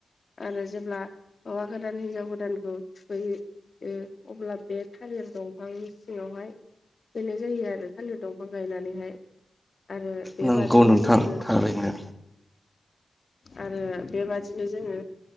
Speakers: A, on the left; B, in the centre.
A: आरो जेब्ला हौवा गोदान हिनजाव गोदानखौ थोखोयो अब्ला बे थालिर दंफांनि सिङावहाय थोखैनाय जायो आरो थालिर दंफां गायनानैहाय आरो बेबादिनो
B: नंगौ नोंथां
A: जोङो
B: थारैनो
A: आरो बेबादिनो जोङो